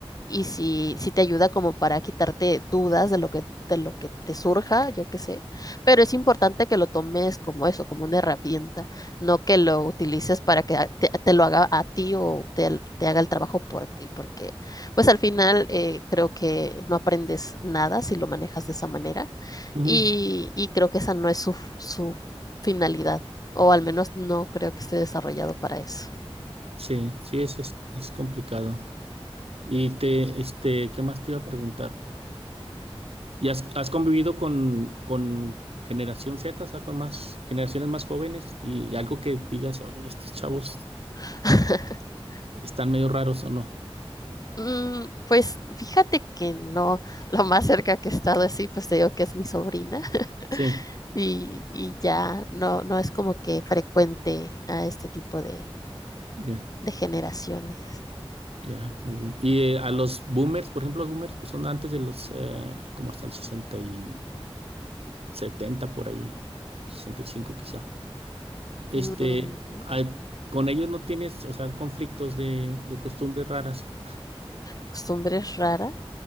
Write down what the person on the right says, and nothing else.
ujú.
Sí, sí, es, es, es complicado. Y te, este, ¿qué más te iba a preguntar? ¿Y has, has convivido con, con generación Z, o sea, con más generaciones más jóvenes y algo que digas, "Oh, estos chavos
están medio raros o no?
Sí,
ya,
ya, muy bien. Y eh, a los boomers, por ejemplo, los boomers pues son antes de los, eh, como hasta el sesenta y setenta por ahí, 65 quizá. Este,
a- con ellos no tienes, o sea, conflictos de, de costumbres raras.